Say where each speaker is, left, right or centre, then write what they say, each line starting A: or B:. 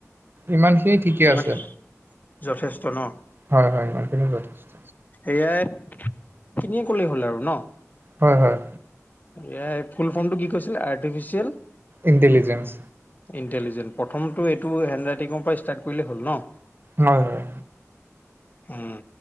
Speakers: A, on the right; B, on the left.
A: ইমানখিনি ঠিকে
B: কিমান
A: আছে
B: যথেষ্ট ন?
A: হয়, হয়, ইমানখিনিয়ে যথেষ্ট।
B: A I. খিনিয়ে ক'লেই হ'ল আৰু ন?
A: হয়, হয়।
B: এ আই ফুল ফৰ্মটো কি কৈছিলে? Artificial
A: intelligence.
B: ইণ্টেলিজেণ্ট, প্ৰথমটো এইটো হেণ্ড ৰাইটিঙৰ পৰা ষ্টাৰ্ট কৰিলে হ'ল ন?
A: হয়, হয়।
B: <inaudible> উম,